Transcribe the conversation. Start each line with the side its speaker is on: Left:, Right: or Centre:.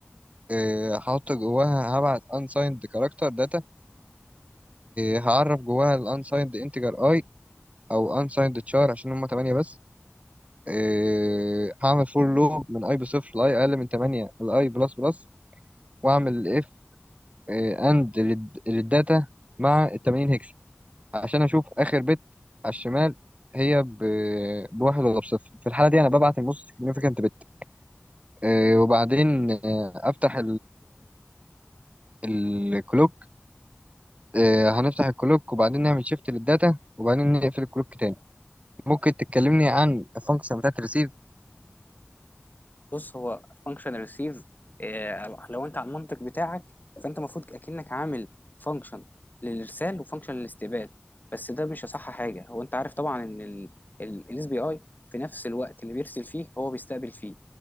Right: آه، هحط جواها هبعت unsigned كاركتر داتا هعرف جواها ال unsigned integer i او unsigned char عشان هما 8 بس آه، هعمل for لوب من i بصفر ل i اقل من 8 ل i بلس بلس واعمل if آه، and لل- للداتا مع ال 80 هكس عشان اشوف اخر بت على الشمال هي ب... بواحد ولا بصفر في الحالة دي أنا ببعت النص significant bit آه، وبعدين آه، أفتح الكلوك آه، هنفتح الكلوك وبعدين نعمل شيفت للداتا وبعدين نقفل الكلوك تاني ممكن تكلمني عن الفانكشن بتاعت الريسيف
Left: بص هو فانكشن ريسيف لو انت على المنطق بتاعك فانت المفروض اكنك عامل فانكشن للارسال وفانكشن للاستقبال بس ده مش اصح حاجه هو انت عارف طبعا ان الاس بي اي في نفس الوقت اللي بيرسل فيه هو بيستقبل فيه